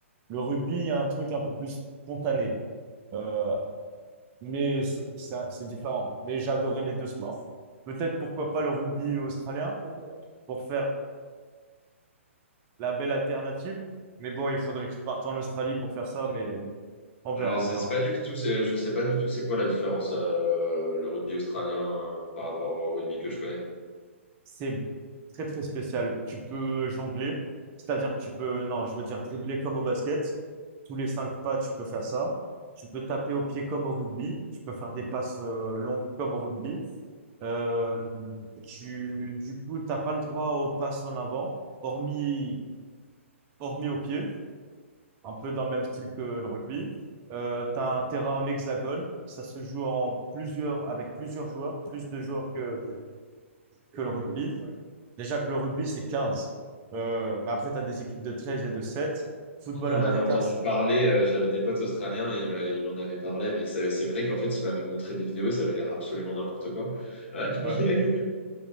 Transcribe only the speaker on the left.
Je sais
c'est pas du tout, c'est- je sais pas du tout c'est quoi la différence euh, le rugby australien euh, par rapport au rugby que je connais.
J'en
avais entendu
parler, euh, j'avais des potes australiens et ils m'a- ils m'en avaient parlé, mais c'est c'est vrai qu'en fait, ils m'avaient montré des vidéos et ça avait l'air absolument n'importe quoi. Ouais. <laughs>